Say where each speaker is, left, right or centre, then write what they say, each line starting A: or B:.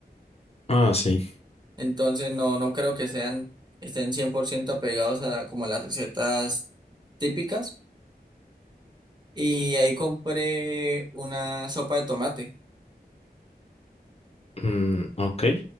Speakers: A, on the left; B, on the right.
A: Ah, sí.
B: Entonces no, no creo que sean, estén 100% apegados a como a las recetas típicas. Y ahí compré una sopa de tomate,
A: Mm, ok.